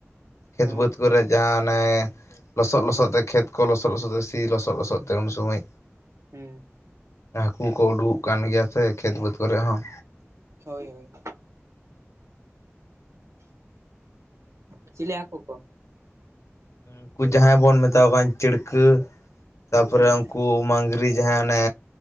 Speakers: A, on the left; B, on the right.
A: ᱠᱷᱮᱛ
B: ᱚ
A: ᱵᱟᱹᱫᱽ ᱠᱚᱨᱮ ᱡᱟᱦᱟᱸ ᱚᱱᱮᱼᱼᱼ ᱞᱚᱥᱚᱫ ᱞᱚᱥᱚᱫ ᱛᱮ ᱠᱷᱮᱛ ᱠᱚ ᱞᱚᱥᱚᱫ ᱞᱚᱥᱚᱫ ᱛᱮ ᱥᱤ ᱞᱚᱥᱚᱫ ᱞᱚᱥᱚᱫ ᱛᱮ ᱩᱱ ᱥᱚᱢᱚᱭ᱾
B: ᱦᱩᱸ᱾
A: ᱦᱟᱹᱠᱩ ᱠᱚ ᱩᱰᱩᱠᱚᱜ ᱠᱟᱱ ᱜᱮᱭᱟ ᱥᱮ ᱠᱷᱮᱛ ᱵᱟᱹᱫᱽ ᱠᱚᱨᱮ ᱦᱚᱸ᱾
B: ᱦᱳᱭ ᱦᱳᱭ᱾ ᱪᱤᱞᱤ ᱦᱟᱹᱠᱩ ᱠᱚ?
A: ᱩᱱᱠᱩ ᱡᱟᱦᱟᱸᱭ ᱵᱚᱱ ᱢᱮᱛᱟ ᱠᱚ ᱠᱟᱱ ᱪᱟ. ᱲᱠᱟᱹ ᱛᱟᱯᱚᱨᱮ
B: ᱦᱩᱸ
A: ᱩᱱᱠᱩ ᱢᱟᱝᱽᱨᱤ᱾ ᱡᱟᱦᱟᱸ ᱚᱱᱮ